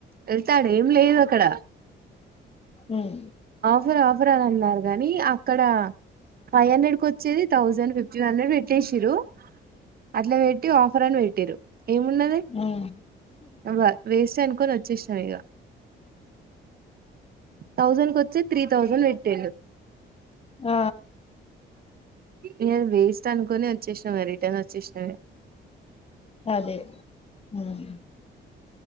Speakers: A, on the right (about 50°); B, on the left (about 30°).
A: ఎళ్తే అడెం లేదు అక్కడ
B: ఉమ్
A: ఆఫర్ అనీ అన్నారు గాని మీ అక్కడ ఫైవ్ హండ్రెడ్ కు వచ్చేది థౌసండ్ ఫిఫ్టీన్ హండ్రెడ్ పెట్టేషిరు అట్లా పెట్టి ఆఫర్ అని వేట్టిరు ఏమున్నది
B: హ్మ్
A: అవ వేస్ట్ చనుకోని వచ్చేషిన ఇగా థౌజండ్ కు వచ్చేది త్రీ థౌజండ్ వెట్టిండు
B: అ
A: ఇగ అది వేస్ట్ అనుకొని వచ్చేసినాం ఇగ రిటర్న్ వచ్చేసినాము
B: అదే మ్మ్